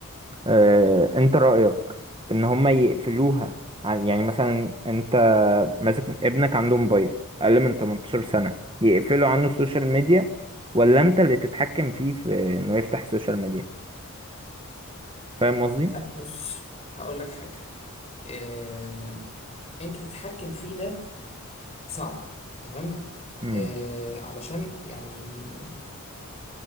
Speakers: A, on the right; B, on the left.
A: آه، انت رايك ان هما يقفلوها عن يعني مثلا انت ماسك ابنك عنده موبايل اقل من 18 سنه يقفلوا عنه السوشيال ميديا ولا انت اللي تتحكم فيه في انه يفتح السوشيال ميديا فاهم قصدي
B: لا بص هقول لك حاجة إيه... انت تتحكم فيه ده صعب تمام
A: امم
B: إيه... علشان يعني